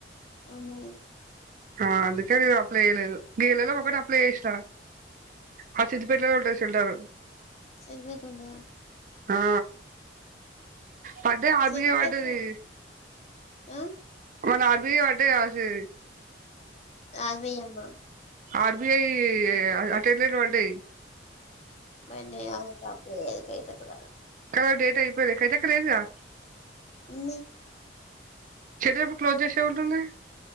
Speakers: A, on the left; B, on the right.
A: ఆమ్ముడు
B: ఆ అందుకే నేను అప్లై చేయలేదు గీ నెల వి ఒకటి అప్లై చేసిన ఆ సిద్దిపేట్ లోనే ఉంటది సెంటర్
A: ఎప్పటి ఉన్నదా
B: ఆ పడ్డే ఆపికే
A: సెలబ్రేట్
B: పడ్డది
A: ఆ
B: మన ఆ ఫ్రీగా పడ్డాయి రాసే
A: ఆర్ వి అమ్మ
B: ఆర్బిఐ అటైల పడ్డాయి
A: మ అప్పుడే హ క తాల
B: కదా డేటా అయిపోయింది కవితక్క లేదుగా
A: ఉంది
B: చెడటప్పుడు క్లోజ్ చేసే ఉంటుంది